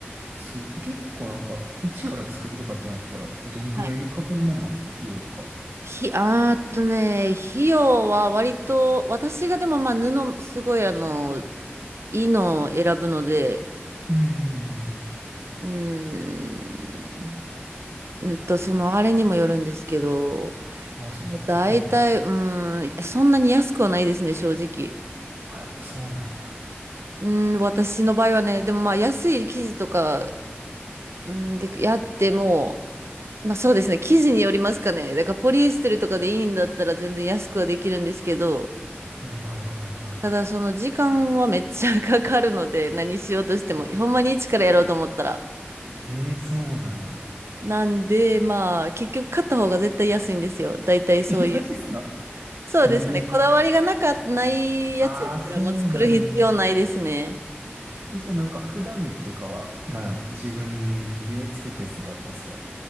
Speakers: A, on the right (about 60°); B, on the right (about 85°).
A: あ、すごい。え結構なんか、一から作るとかってなったら、
B: うん
A: どんぐらいかかるもんなんですか費用とか。
B: はいひ、あーっとね、費用は割と、私がでもまあ布、すごいあの、いいのを選ぶので、
A: うーん。
B: うーん。うんと、その、あれにもよるんですけど、
A: あ、そうですね。
B: 大体、
A: うん。
B: うーん、そんなに安くはないですね、正直。
A: あ、やっぱそうなんや。
B: うん、私の場合はね、でもまあ、安い生地とか、うん、で、やっても、まあそうですね、生地によりますかね。だから、ポリエステルとかでいいんだったら全然安くはできるんですけど、
A: はいはいはいはい。
B: ただ、その時間はめっちゃかかるので、何しようとしても、
A: あ、
B: ほんまに一からやろうと思ったら。
A: ええそうなんや。
B: なんで、まあ、結局買った方が絶対安いんですよ。大体そういう。
A: <laughs> え、マジっすか
B: そうですね。
A: ええ
B: こだわりがなか、ないやつやったらもう作る必要ないですね。
A: ああー、そうなんや。え、じゃあなんか普段着とかは、なんやろ、自分で作ったやつとかだったんですか